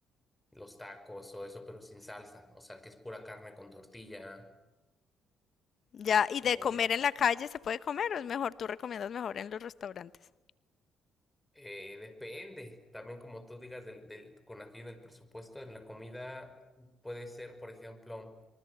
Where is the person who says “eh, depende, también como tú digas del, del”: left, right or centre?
Centre